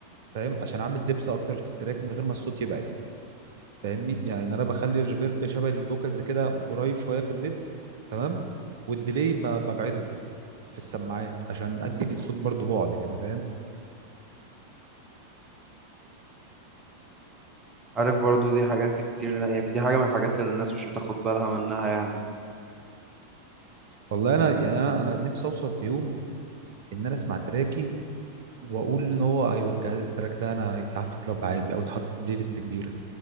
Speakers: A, on the right; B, on the right.
A: فاهم عشان اعمل دبس اكتر في التراك من غير ما الصوت يبعد فاهمني يعني انا بخلي الريفيرب شبه الفوكالز كده قريب شويه في الميدز تمام والديلي ب- ببعده في السماعات عشان ادي للصوت برضو بعد كده فاهم
B: عارف برضو دي حاجات كتير يعني دي حاجة من الحاجات اللي الناس مش بتاخد بالها منها يعني
A: والله انا يعني انا أنا نفسي اوصل في يوم ان انا اسمع تراكي واقول ان هو ايوه الج- التراك ده انا يتلعب في كلاب عادي او يتحط في بلاي ليست كبيره